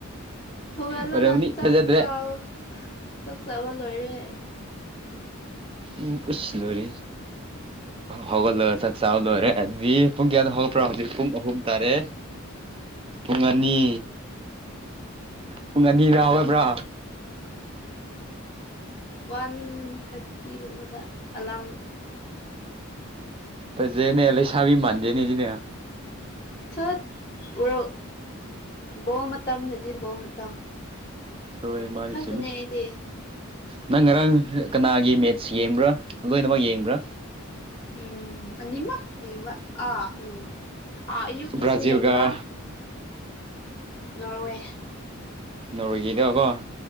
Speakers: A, on the left (about 25°); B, on the right (about 25°).
A: ꯍꯧꯒꯠꯂꯒ
B: ꯑꯣꯏꯔꯝꯅꯤ
A: ꯆꯥꯛ
B: ꯊꯥꯖꯗ꯭ꯔꯦ
A: ꯆꯕ ꯆꯥꯛ ꯆꯕ ꯂꯣꯏꯔꯦ
B: ꯎꯝ ꯑꯁ ꯂꯣꯏꯔꯦꯍꯦ ꯍꯧꯒꯠꯂꯒ ꯆꯥꯛ ꯆꯥꯕ ꯂꯣꯏꯔꯦ ꯑꯗꯨꯗꯤ ꯄꯨꯡ ꯀꯌꯥꯗ ꯍꯧꯒꯠꯄ꯭ꯔꯣ ꯍꯧꯖꯤꯛ ꯄꯨꯡ ꯑꯍꯨꯝ ꯇꯥꯔꯦ ꯄꯨꯡ ꯑꯅꯤ ꯄꯨꯡ ꯑꯅꯤꯗꯥ ꯍꯧꯒꯠꯄ꯭ꯔꯥ
A: ꯋꯥꯟ ꯊ꯭ꯥꯔꯇꯤ ꯒꯨꯝꯕꯗ ꯑꯦꯂꯥꯝ
B: ꯐꯖꯩꯅꯦ ꯂꯩꯁꯥꯕꯤ ꯃꯥꯟꯗꯦꯅꯦ ꯁꯤꯗꯤ
A: <unintelligible> ꯎꯔꯛ ꯕꯣꯜ ꯃꯇꯝꯗꯗꯤ ꯕꯣꯜ ꯃꯇꯝ
B: ꯍꯣꯏ ꯃꯥꯅꯤ
A: ꯈꯛꯇꯅꯦ
B: ꯆꯨꯝꯃꯦ
A: ꯑꯩꯗꯤ
B: ꯅꯪ ꯉꯔꯥꯡ ꯀꯅꯥꯒꯤ ꯃꯦꯠꯁ ꯌꯦꯡꯕ꯭ꯔꯥ ꯂꯣꯏꯅꯃꯛ ꯌꯦꯡꯕ꯭ꯔꯥ
A: ꯎꯝ ꯑꯅꯤꯃꯛ ꯌꯦꯡꯕ ꯑꯥ ꯎꯝ ꯑꯥ ꯑꯌꯨꯛꯀꯤꯁꯨ
B: ꯕ꯭ꯔꯥꯖꯤꯜꯒ
A: ꯌꯦꯡꯕ ꯅꯣꯔꯋꯦ
B: ꯅꯣꯔꯣꯋꯦꯒꯤꯗꯣꯀꯣ